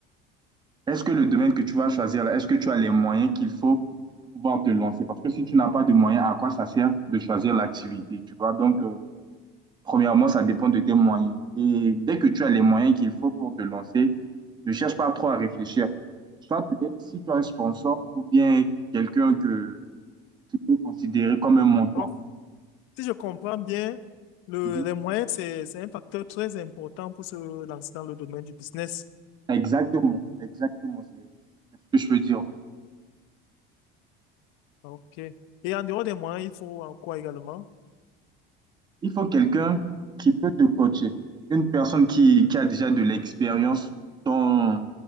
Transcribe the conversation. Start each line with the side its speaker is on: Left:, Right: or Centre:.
Right: Est-ce que le domaine que tu vas choisir, est-ce que tu as les moyens qu'il faut pour pouvoir te lancer? Parce que si tu n'as pas de moyens, à quoi ça sert de choisir l'activité, tu vois? Donc, euh, Premièrement, ça dépend de tes moyens. Et dès que tu as les moyens qu'il faut pour te lancer, ne cherche pas trop à réfléchir. Soit peut-être si tu as un sponsor ou bien quelqu'un que tu peux considérer comme un mentor.
Left: Donc, si je comprends bien, le,
Right: Mhm.
Left: les moyens, c'est, c'est un facteur très important pour se lancer dans le domaine du business.
Right: Exactement, exactement, c'est c'est ce que je veux dire.
Left: Ok. Et en dehors des moyens, il faut en quoi également?
Right: Il faut quelqu'un qui peut te coacher, une personne qui, qui a déjà de l'expérience dans,